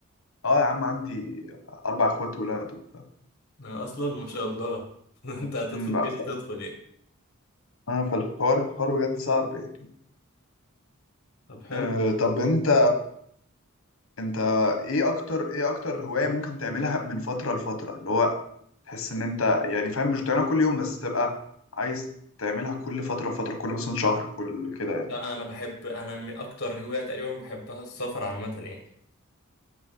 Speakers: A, on the left (about 65°); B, on the left (about 50°).
A: اه يا عم عندي أربع إخوات ولاد وبتاع
B: آه اصلا ما شاء الله <laughs> انت هتدخل
A: أمم،
B: الجيش
A: بقى ف-
B: هتدخل يعني
A: اه فالحوار الحوار بجد صعب يعني
B: طب حلو
A: أه طب انت انت ايه اكتر ايه اكتر هواية ممكن تعملها من فترة لفترة اللي هو تحس ان انت يعني فاهم مش بتعملها كل يوم بس تبقى عايز تعملها كل فترة فترة كل مثلا شهر كل كده يعني
B: لا انا بحب انا من اكتر هوايه تقريبا بحبها السفر عامه يعني